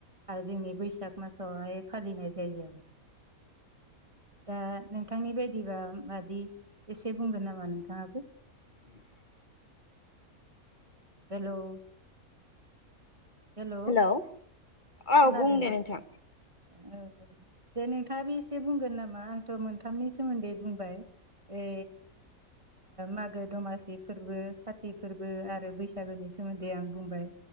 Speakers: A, on the right (about 20°); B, on the left (about 35°).
A: आरो जोंनि बैसाग मासावहाय फालिनाय जायो आरो दा नोंथांनि बायदिबा मादि एसे बुंगोन नामा नोंथाङाबो
B: <inaudible>
A: हेल' हेल'
B: हेलौ औ
A: खोनादों
B: बुं दे
A: ना
B: नोंथां
A: औ औ दे नोंथाङाबो एसे बुंगोन नामा आंथ' मोनथामनि सोमोन्दै बुंबाय ए मागो दमासि फोरबो खाथि फोरबो आरो बैसागु बैसागोनि सोमोन्दै आं बुंबाय